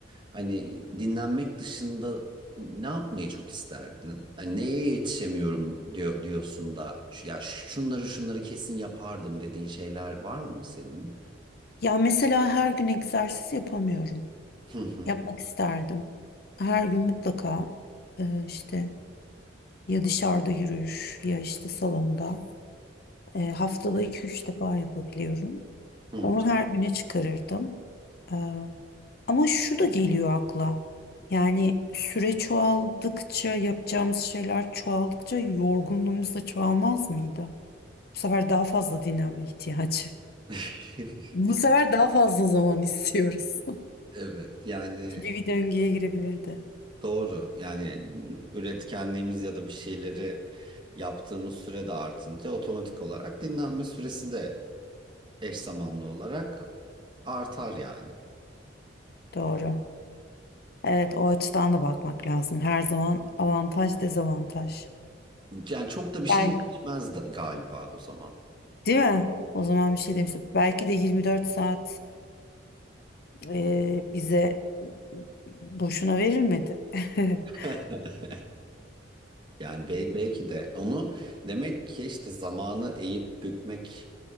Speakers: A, on the right (about 25°); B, on the left (about 50°).
A: hani dinlenmek dışında ne yapmayı çok isterdin? Hani neye yetişemiyorum diyor, diyorsun da "Şu- ya şunları şunları kesin yapardım dediğin şeyler var mı senin?
B: Ya mesela her gün egzersiz yapamıyorum.
A: Hı hı.
B: Yapmak isterdim. Her gün mutlaka e, işte ya dışarıda yürüyüş ya işte salonda. E, haftada iki üç defa yapabiliyorum.
A: hı hı.
B: Onu her güne çıkarırdım. E, ama şu da geliyor akla. Yani süre çoğaldıkça yapacağımız şeyler çoğaldıkça yorgunluğumuz da çoğalmaz mıydı? Bu sefer daha fazla dinlenme <laughs> ihtiyacı.
A: <laughs>
B: Bu sefer daha fazla zaman istiyoruz.
A: Evet yani
B: <laughs> Gibi bir döngüye girebilirdi.
A: Doğru. Yani üretkenliğimiz ya da bir şeyleri yaptığımız süre de artınca otomatik olarak dinlenme süresi de eş zamanlı olarak artar yani.
B: Doğru. Evet o açıdan da bakmak lazım. Her zaman avantaj dezavantaj.
A: Yani çok da bir şey
B: Belki,
A: değişmez de galiba o zaman.
B: değil mi? O zaman bir şey demiştim. Belki de 24 saat e, bize boşuna verilmedi. <laughs>
A: <laughs> Yani bel- belki de onu demek ki işte zamanı eğip bükmek